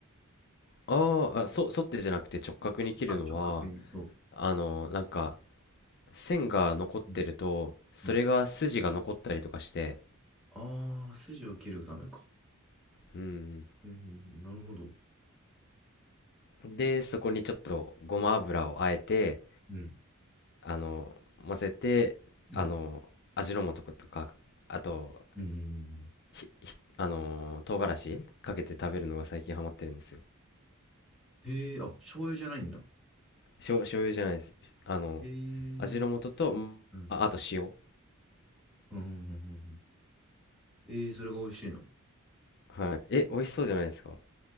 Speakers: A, on the left; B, in the centre.
A: あーあ、そ、沿ってじゃなくて直角に切るのは、
B: あ、直角に、そ
A: あの、なんか、線が残ってると、
B: う。
A: それが筋が残ったりとかして、
B: うん。ああ、筋を切るためか。
A: うん。
B: うんなるほど。
A: で、そこにちょっとごま油をあえて、
B: うん。
A: あの、混ぜて、
B: うん。
A: あの、味の素とか、あと、
B: うんうんうん。
A: ひ、ひ、あの、唐辛子かけて食べるのが最近ハマってるんですよ。
B: へえ、あ、醤油じゃないんだ。
A: しょ、醤油じゃないです。あの
B: へえ。うん。
A: 味の素と、んあ、
B: うん
A: あと塩。
B: うんうんうん。ええ、それが美味しいの。
A: はい。え、美味しそうじゃないですか。